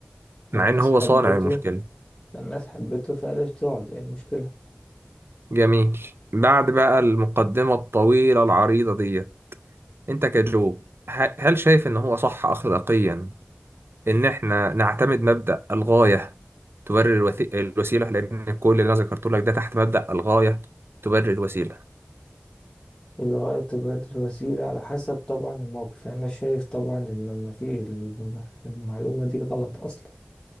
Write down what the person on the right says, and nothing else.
مع ان هو
صانع المشكلة
جميل بعد بقى المقدمة الطويلة العريضة ديت انت كجو ه- هل شايف ان هو صح اخلاقيا ان احنا نعتمد مبدأ الغاية تبرر الوثي- الوسيلة لان كل اللي انا ذكرته لك ده تحت مبدأ الغاية تبرر الوسيلة